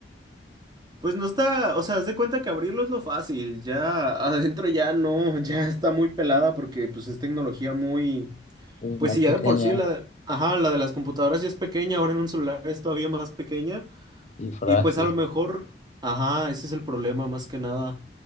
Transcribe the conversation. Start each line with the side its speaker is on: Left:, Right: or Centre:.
Right: Pues no está, o sea, haz de cuenta que abrirlo es lo fácil, ya adentro ya no, <laughs> ya está muy pelada porque pues es tecnología muy,
Left: pues,
Right: Pues
Left: muy
Right: sí,
Left: pequeña
Right: ya de por sí la de, ajá, la de las computadoras ya es pequeña, ahora en un celular es todavía más pequeña
Left: y frágil?
Right: y pues a lo mejor, ajá, ese es el problema más que nada.